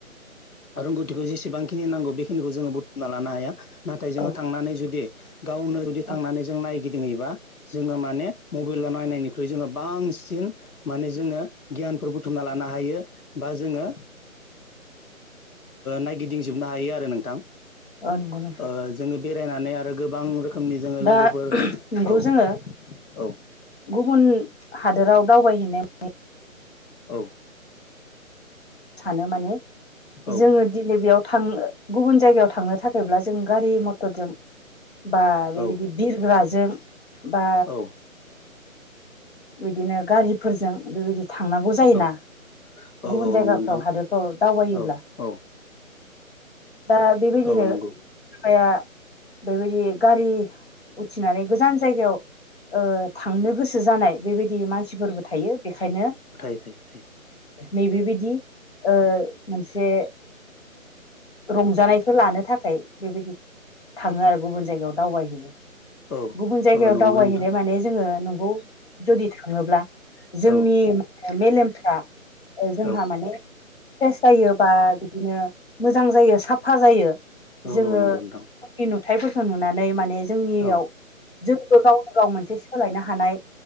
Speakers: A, on the left; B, on the left.
A: रोंगौथिखौ जेसेबांखिनि नांगौ बेखिनिखौ जोङो बुथुमना लानो हाया। नाथाय जोङो
B: औ
A: थांनानै जुदि गावनो जुदि
B: औ
A: थांनानै जों नायगिदिंङैबा। जोङो माने मबाइलाव नायनायनिख्रुइ जोङो बांसिन माने जोङो गियानबो बुथुमना लानो हायो बा जोङो नायगिदिंजोबनो हायो आरो नोंथां।
B: गनायखा
A: ओ जोङो बेरायनानै आरो गोबां रोखोमनि जोङो
B: दा
A: लोगोफोर
B: नंगौ
A: औ
B: जोङो
A: औ
B: गुबुन हादोराव दावबायहैनाय
A: औ
B: सानो माने
A: औ
B: जोङो दिनै बेयाव थां गुबुन जायगायाव थांनो थाखायब्ला जों गारि मटरजों बा बेबायदि
A: औ
B: बिरग्राजों बा
A: औ
B: बिदिनो गारिफोरजों बेबायदि थांनानै जायोना
A: औ औ
B: गुबुन जायगाफ्राव
A: नंगौ नोंथां
B: हादोरफ्राव दावबायोब्ला
A: औ औ
B: दा बेबायदिनो
A: औ
B: हवाया
A: नंगौ
B: बेबायदि गारि उथिनानै गोजान जायगायाव। थांनो गोसो जानाय बेबायदि मानसिफोरबो थायो बेखायनो।
A: थ थायो।
B: नैबेबायदि मोनसे। रंजानायखौ लानो थाखाय बेबायदि थाङो आरो गुबुन जायगायाव दावबायहैयो।
A: औ
B: गुबुन जायगायाव
A: औ नंगौ
B: दावबायहैनाय
A: नोंथां
B: माने जोङो न जुदि थाङोब्ला जोंनि
A: औ
B: मेलेमफ्रा जोंहा
A: औ
B: माने फ्रेस जायो बा बिदिनो मोजां जायो साफा जायो। जोङो
A: औ नंगौ नोंथां
B: गावनि नुथायफोरखौ नुनानै माने जोंनियाव
A: औ
B: जोंबो गावनि गाव मोनसे सोलायनो हानाय